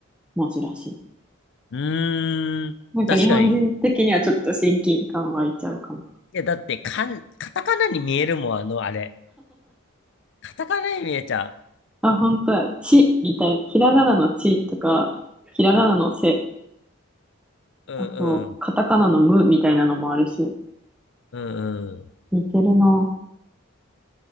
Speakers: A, in the centre; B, on the left (about 55°).
A: 文字らしい。
B: うーん、
A: なんか日本人的にはちょっと親近感湧いちゃうかも。
B: 確かに。いや、だって、かん、カタカナに見えるもん、あの、あれ。カタカナに見えちゃ
A: あ、本当や。ちみたい。ひらがなのちとか、ひらがなのせ
B: う。うんうん。
A: あと、カタカナのムみたいなのもあるし、
B: うんうん。
A: 似てるな。